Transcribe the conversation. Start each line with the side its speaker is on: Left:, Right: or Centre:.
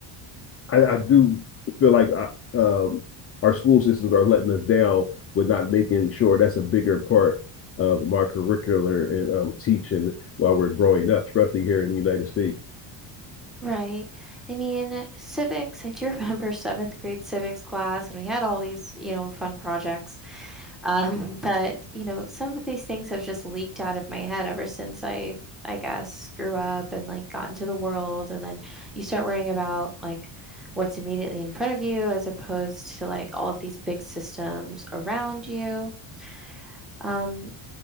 Left: I, I do feel like I, um, our school systems are letting us down with not making sure that's a bigger part of our curricular and um, teaching while we're growing up, especially here in the United States.
Centre: Right. I mean, civics, I do <laughs> remember seventh grade civics class, and we had all these, you know, fun projects Um, but, you know, some of these things have just leaked out of my head ever since I I guess grew up and like got into the world and then you start worrying about like what's immediately in front of you as opposed to like all of these big systems around you. Um,